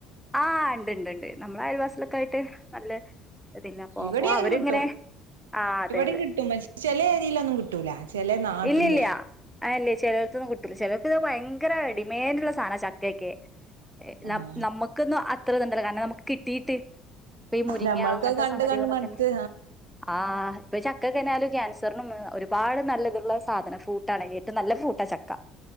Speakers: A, in the centre; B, on the right.
A: ആഹ് ഉണ്ട്ണ്ട് ഉണ്ട് നമ്മള് അയൽവ <unintelligible> ക്കായിട്ട് നല്ല ഇതില്ല അപ്പൊ
B: ഇവിടേയും
A: അപ്പൊ
B: അങ്ങനെ
A: അവരിങ്ങനെ
B: കിട്ടും
A: ആഹ് അതെ
B: ഇവിടെയും
A: അതെ
B: കിട്ടും പക്ഷെ ചെല ഏരിയലൊന്നും കിട്ടൂല ചെല നാട്ടില്
A: ഇല്ലില്ല അല്ലേ ചിലർക്കൊന്നും കിട്ടില്ല ചിലർക്ക് ഭയങ്കര ഡിമാൻഡ് ഉള്ള സാധന ചക്കക്കെ <unintelligible> ന ന
B: ആഹ്
A: നമ്മുക്ക് <unintelligible> കാരണം നമുക്ക് കിട്ടീട്ട് ഇപ്പൊ ഈ മുരിങ്ങ
B: നമ്മൾക്കത്
A: അങ്ങനത്തെ
B: കണ്ട്
A: സംഗതികളൊക്കെന്നെ
B: കണ്ട് മടുത്ത്
A: ആ ഇപ്പൊ ച <unintelligible> ക്യാൻസറിനും ഒരുപാട് നല്ല ഇതുള്ള സാധനം ഫൂട്ടാണ് ഏറ്റവും നല്ല ഫൂട്ടാ ചക്ക